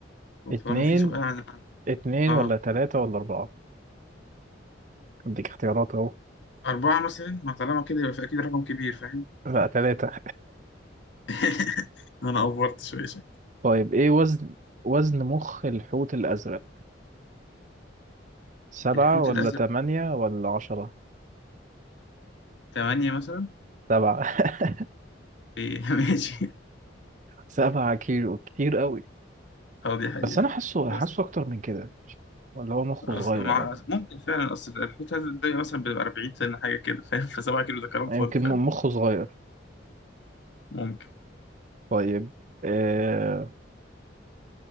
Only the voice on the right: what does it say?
اتنين
اتنين
ولا تلاته ولا اربعه اديك اختيارات اهو
لا تلاته
<laughs> طيب ايه وزن وزن مخ الحوت الازرق سبعه
ولا
تمانيه ولا عشره
سبعه <laughs>
سبعة كيلو كتير قوي
بس انا حاسه
حاسه اكتر من كده ولا هو مخه
صغير
ولا
يعني
يمكن
م- مخه صغير
طيب أه